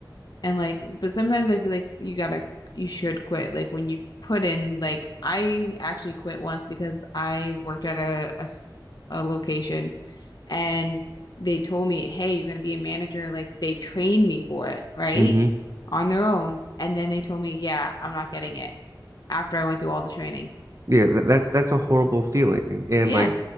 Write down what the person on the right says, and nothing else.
hmm
Yeah, that, that that's a horrible feeling. And
like